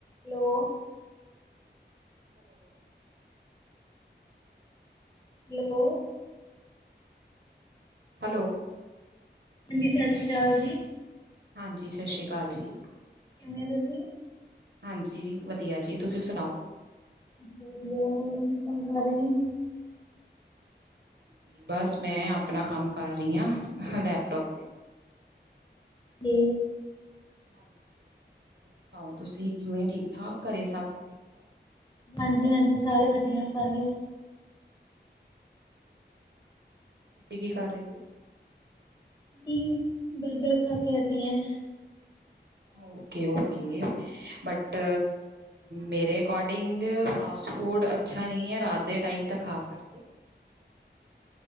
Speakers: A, on the left; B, on the right.
A: Hello.
B: Hello.
A: Hello.
B: Hello.
A: ਦੀਦੀ ਸਤਿ ਸ਼੍ਰੀ ਅਕਾਲ ਜੀ।
B: ਹਾਂਜੀ ਸਤ ਸ੍ਰੀ ਅਕਾਲ ਜੀ।
A: ਕਿਵੇਂ ਤੁਸੀਂ।
B: ਹਾਂਜੀ ਵਧੀਆ ਜੀ ਤੁਸੀਂ ਸੁਣਾਓ।
A: ਵਧੀਆ-ਵਧੀਆ ਹੋਰ ਕੀ ਕੰਮ ਕਰ ਰਹੇ ਹੋ।
B: ਹਾਂਜੀ ਬਸ ਮੈਂ ਆਪਣਾ ਕੰਮ ਕਰ ਰਹੀ ਹਾਂ ਲੈਪਟੋਪ ਤੇ।
A: ਤੇ।
B: ਹਾਂਜੀ ਹੋਰ ਸੁਣਾਓ ਤੁਸੀਂ ਕਿਵੇਂ ਠੀਕ ਠਾਕ ਘਰੇ ਸਭ ਠੀਕ ਠਾਕ।
A: ਹਾਂਜੀ ਹਾਂਜੀ ਸਾਰੇ ਵਧੀਆ ਸਾਰੇ।
B: ਤੁਸੀਂ ਕੀ ਕਰ ਰਹੇ ਜੀ।
A: ਜ ਬਰਗਰ ਖਾ ਕੇ ਹਟੀ ਹਾਂ।
B: ਹੋਰ ਕਿਉਂਕਿ। ਬਟ ਮੇਰੇ ਅਕੋਡਿੰਗ ਫਾਸਟ ਫੂਡ ਅੱਛਾ ਨਹੀਂ ਹੈ ਰਾਤ ਦੇ। ਟਾਈਮ ਤਾਂ ਖਾਸ ਕਰਕੇ।